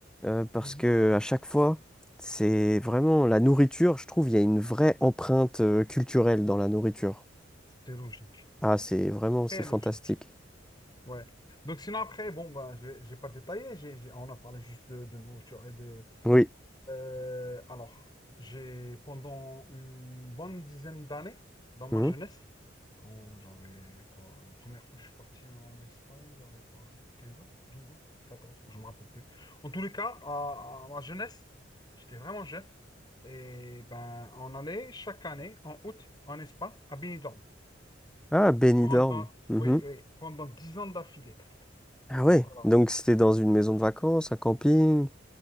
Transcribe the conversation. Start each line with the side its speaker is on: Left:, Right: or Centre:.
Centre: Euh, parce
Left: Mhm.
Centre: que à chaque fois, c'est vraiment la nourriture, je trouve, il y a une vraie empreinte euh, culturelle dans la nourriture.
Left: C'est logique.
Centre: Ah, c'est vraiment, c'est
Left: Très
Centre: fantastique.
Left: logique. Ouais. Donc, sinon, après, bon, ben, je n'ai pas détaillé. J'ai, j'ai- on a parlé juste de, de nourriture et de.
Centre: Oui.
Left: Euh, alors, j'ai, pendant une bonne dizaine d'années, dans ma
Centre: Mhm.
Left: jeunesse, Quand j'avais quoi, la première fois que je suis parti en Espagne, j'avais quoi, 15 ans, 12 ans, 14, ans, je me rappelle plus. En tous les cas, à, à ma jeunesse, j'étais vraiment jeune. Et ben, on allait chaque année, en août, en Espagne, à Benidorm.
Centre: Ah, Benidorm.
Left: Pendant,
Centre: Mhm.
Left: oui, oui, pendant 10 ans d'affilée.
Centre: Ah ouais,
Left: Donc, voilà.
Centre: donc c'était dans une maison de vacances, un camping.